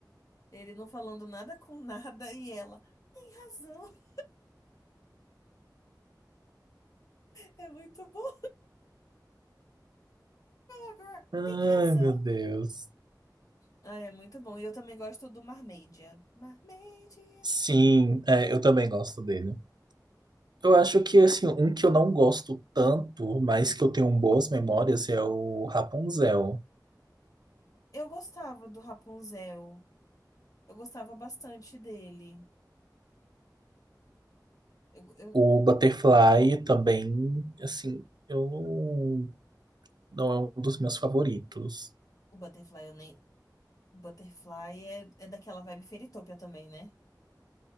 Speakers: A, on the left (about 50°); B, on the right (about 75°).
A: Ele não falando nada com nada e ela tem razão. É muito bom. Agora,
B: Ai,
A: tem razão.
B: meu Deus.
A: Ah, é muito bom. E eu também gosto do Marmaidia. Marmaidia.
B: Sim, é, eu também gosto dele. Eu acho que, assim, um que eu não gosto tanto, mas que eu tenho boas memórias, é o Rapunzel.
A: Eu gostava do Rapunzel. Eu gostava bastante dele. Eu, eu-
B: O Butterfly também, assim, eu não, não é um dos meus favoritos.
A: o Butterfly, eu nem. Butterfly é, é daquela vibe Fairytopia também, né?